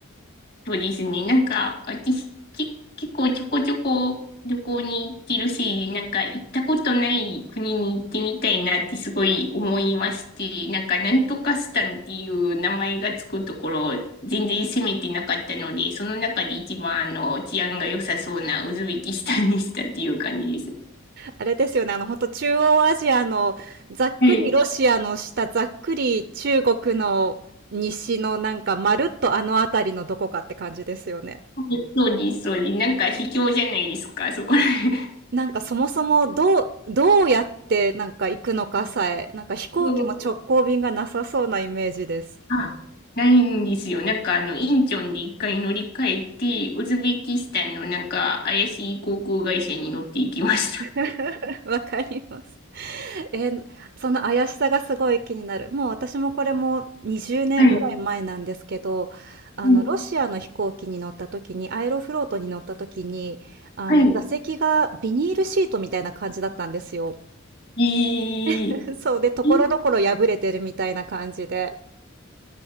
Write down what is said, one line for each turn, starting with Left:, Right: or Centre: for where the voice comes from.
Left: そうですね。なんか、私、き、結構ちょこちょこ旅行に行ってるし、なんか行ったことない国に行ってみたいなってすごい思いまして、なんかなんとかスタンっていう名前がつくところ、全然攻めてなかったので、その中で一番あの治安が良さそうなウズベキスタンにしたっていう感じです。
Right: あれですよね、あの、本当中央アジアの、ざっくりロシアの下、
Left: はい。
Right: ざっくり中国の西のなんか、まるっとあの辺りのどこかって感じですよね。
Left: そうです、そうです。なんか卑怯じゃないですか、そこら辺。
Right: なんかそもそもどう、どうやってなんか行くのかさえ、なんか飛行機も直行便がなさそうなイメージです。
Left: うんあ、ないんですよ。なんかあの、インチョンで一回乗り換えて、ウズベキスタンのなんか怪しい航空会社に乗っていきました。
Right: <laughs> わかります。<laughs> えーその怪しさがすごい気になる。もう私もこれも20年ぐらい前なんですけど、
Left: はい。
Right: あの、
Left: うん
Right: ロシアの飛行機に乗った時に、アエロフロートに乗った時に、あの、
Left: はい。
Right: 座席がビニールシートみたいな感じだったんですよ。
Left: えー、
Right: <laughs> そうで、ところどころ破れてるみたいな感じで。
Left: い